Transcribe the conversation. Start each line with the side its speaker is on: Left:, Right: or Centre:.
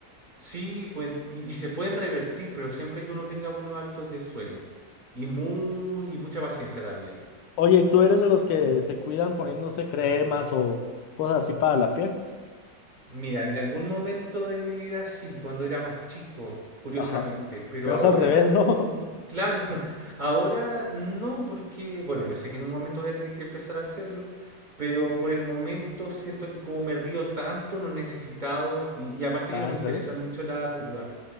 Right: Sí, puen- y, y se pueden revertir, pero siempre que uno tenga buenos hábitos de sueño y, muy, y mucha paciencia también.
Left: Oye, ¿y tú eres de los que se cuidan poniéndose cremas o cosas así para la piel?
Right: Mira, en algún momento de mi vida sí, cuando era más chico, curiosamente,
Left: Ajá.
Right: pero
Left: Pero
Right: ahora,
Left: es al revés,
Right: mm,
Left: ¿no? <laughs>
Right: claro, <laughs> ahora no, porque, bueno, yo sé que en un momento voy a tener que empezar a hacerlo, pero por el momento siento que como me río tanto, no he necesitado, y, y aparte
Left: Ah,
Right: que no me
Left: ¿en
Right: interesan
Left: serio?
Right: mucho las arrugas.